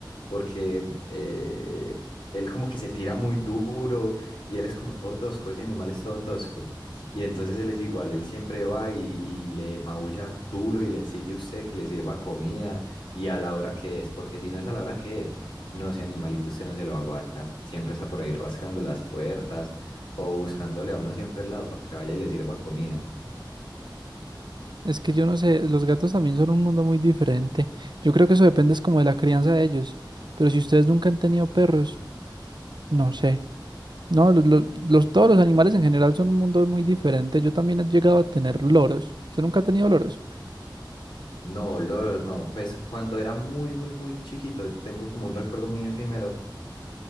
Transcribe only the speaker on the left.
Porque eh, él como que se tira muy duro. Y él es como todo tosco. Ese animal es todo tosco. Y entonces él es igual, él siempre va y, y le maulla duro y le exige a usted que le sirva comida y a la hora que es, porque si no es a la hora que es, no, ese animalito usted no se lo aguanta. Siempre está por ahí rascando las puertas o buscándole a uno siempre al lado para que vaya y le sirva comida.
No, Lord, no, pues cuando era muy, muy, muy chiquito, tengo como un recuerdo muy efímero